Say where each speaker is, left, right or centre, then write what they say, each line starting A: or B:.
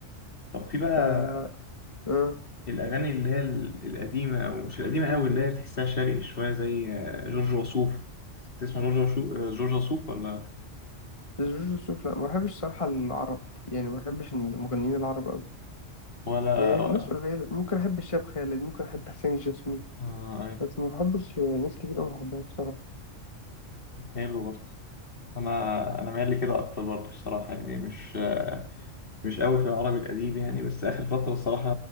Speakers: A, on the left (about 45°); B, on the left (about 25°).
A: طب في بقى
B: ف اه
A: الاغاني اللي هي ال- القديمه او مش القديمه قوي اللي هي تحسها شرقي شويه زي آه، جورج وسوف تسمع جورج وسوف جورج وسوف ولا
B: جورج وسوف لأ ما بحبش صراحة العرب يعني ما بحبش المغنيين العرب أوي
A: ولا
B: يعني ناس قليلة ممكن أحب الشاب خالد ممكن أحب حسين الجسمي
A: اه ايوه
B: بس ما بحبش ناس كتير أوي بحبها بصراحة
A: حلو برضه انا انا مايل لي كده اكتر برضه الصراحه يعني مش مش قوي في العربي الأديب يعني بس آخر فترة الصراحة